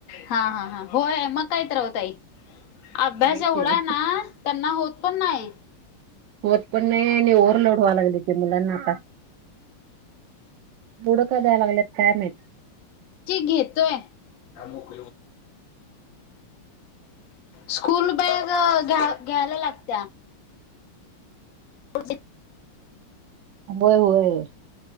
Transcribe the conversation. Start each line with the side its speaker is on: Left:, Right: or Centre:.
Left: हा हा हां होय मग काहीत रावताई अभ्यास
Right: होय की
Left: एवढा आहे ना त्यांना होत पण नाही.
Right: ओतकडण नाही ओवरलोड वा्हालगलली ते मुला नाता बुड का दयला लागलेत कायम
Left: घेतोय मोक स्कूल बॅग घ्या घ्यायला लागत्या पुज
Right: होय होय